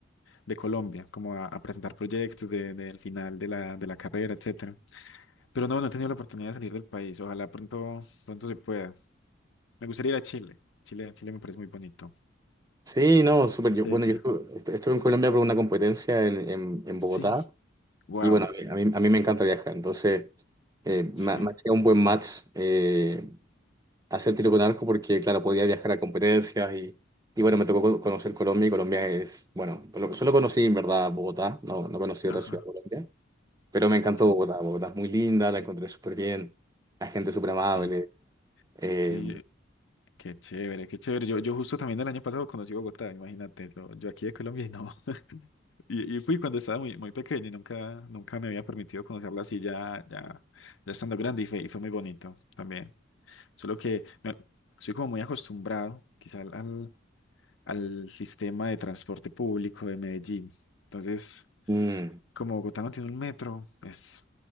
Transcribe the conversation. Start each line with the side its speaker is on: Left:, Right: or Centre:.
Left: de Colombia, como a, a presentar proyectos de, del final de la, de la carrera, etcétera. Pero no, no he tenido la oportunidad de salir del país. Ojalá pronto, pronto se pueda. Me gustaría ir a Chile. Chile, Chile me parece muy bonito.
Right: Sí, no, súper.
Left: Muy
Right: Yo,
Left: de
Right: bueno,
Left: acá.
Right: yo estuve, estu- estuve en Colombia por una competencia en, en- en
Left: Sí.
Right: Bogotá
Left: Wow.
Right: y bueno, a mí, a mí- a mí me encanta viajar, entonces eh, me
Left: Sí.
Right: me ha un buen match eh, hacer tiro con arco porque, claro, podía viajar a competencias y, y bueno, me tocó co- conocer Colombia y Colombia es, bueno, lo- solo conocí en verdad Bogotá, no, no conocí
Left: Ajá.
Right: otra ciudad de Colombia. Pero me
Left: Ok.
Right: encantó Bogotá. Bogotá es muy linda, la encontré súper bien. La gente súper amable.
Left: Sí.
Right: Eh,
Left: Sí. Qué chévere, qué chévere. Yo, yo justo también el año pasado conocí Bogotá, imagínate, yo, yo aquí de Colombia y no. <laughs> Y, y fui cuando estaba muy, muy pequeño y nunca, nunca me había permitido conocerla así ya, ya, ya estando grande y fue, y fue muy bonito también. Solo que me- soy como muy acostumbrado quizá al, al al sistema de transporte público de Medellín. Entonces,
Right: mm,
Left: como Bogotá no tiene un metro, es,